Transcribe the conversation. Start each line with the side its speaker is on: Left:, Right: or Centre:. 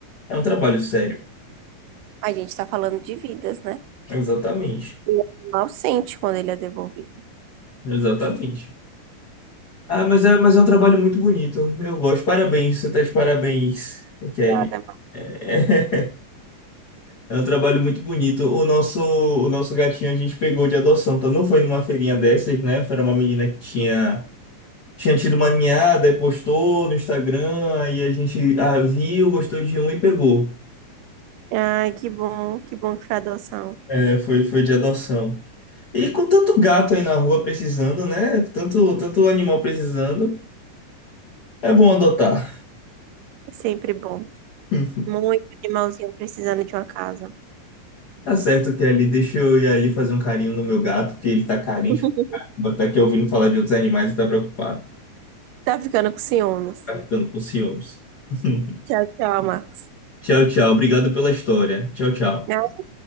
Left: é um trabalho sério.
Right: A gente está falando de vidas, né?
Left: Exatamente.
Right: E o animal sente quando ele é devolvido.
Left: Exatamente. Ah, mas é, mas é um trabalho muito bonito. Eu gosto. Parabéns, você tá de parabéns, Kelly.
Right: Obrigada, mãe.
Left: É é um trabalho muito bonito. O nosso, o nosso gatinho a gente pegou de adoção, então não foi numa feirinha dessas, né? Foi uma menina que tinha, tinha tido uma ninhada e postou no Instagram, e a gente ah, viu, gostou de um e pegou.
Right: Ai, que bom, que bom que foi adoção.
Left: É, foi, foi de adoção. E com tanto gato aí na rua precisando, né? Tanto, tanto animal precisando, é bom adotar.
Right: É sempre bom.
Left: <laughs>
Right: Muito animalzinho precisando de uma casa.
Left: Tá certo, que ali Deixa eu ir ali fazer um carinho no meu gato, porque ele tá carente.
Right: <laughs>
Left: Tá aqui ouvindo falar de outros animais e tá preocupado.
Right: Tá ficando com ciúmes.
Left: Tá ficando com ciúmes. <laughs>
Right: Tchau, tchau, Marcos.
Left: Tchau, tchau. Obrigado pela história. Tchau, tchau.
Right: Ai,